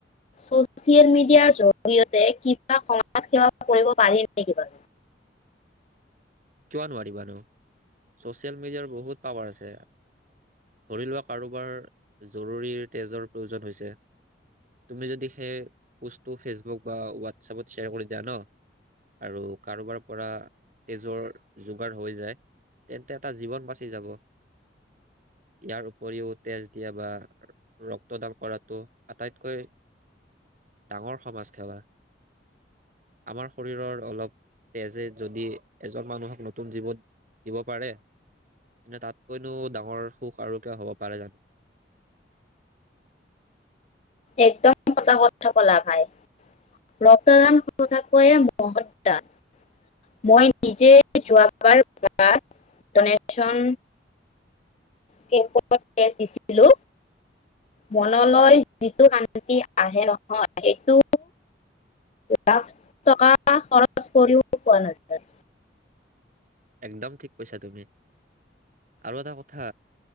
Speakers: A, on the left (about 35°); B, on the right (about 45°).
A: ছ'চিয়েল মিডিয়াৰ জৰিয়তে কিবা সমাজসেৱা কৰিব পাৰি নেকি বাৰু?
B: কিয় নোৱাৰিবা নো। ছ'চিয়েল মিডিয়াৰ বহুত পাৱাৰ আছে ধৰি লোৱা কাৰোবাৰ জৰুৰীৰ তেজৰ প্ৰয়োজন হৈছে, তুমি যদি সেই পোষ্টটো ফেচবুক বা হোৱাটছাপত শ্বেয়াৰ কৰি দিয়া ন আৰু কাৰোবাৰ পৰা তেজৰ যোগাৰ হৈ যায় তেন্তে এটা জীৱন বাচি যাব। ইয়াৰ উপৰিও তেজ দিয়া বা ৰক্তদান কৰাতটো আটাইতকৈ ডাঙৰ সমাজ সেৱা। আমাৰ শৰীৰৰ অলপ তেজে যদি এজন মানুহৰ নতুন জীৱন দিব পাৰে তেন্তে তাতকৈনো ডাঙৰ সুখ আৰু কিবা হ'ব পাৰে জানো।
A: একদম সচা কথা কলা ভাই। ৰক্তদান সচাকৈয়ে মহৎ দান, মই নিজে যোৱাবাৰ <unintelligible> দনেচন কেম্পত তেজ দিছিলো, মনলৈ যিটো শান্তি আহে নহয় সেইটো লাখ টকা খৰচ কৰিও পোৱা নাযায়।
B: একদম ঠিক কৈছা তুমি আৰু এটা কথা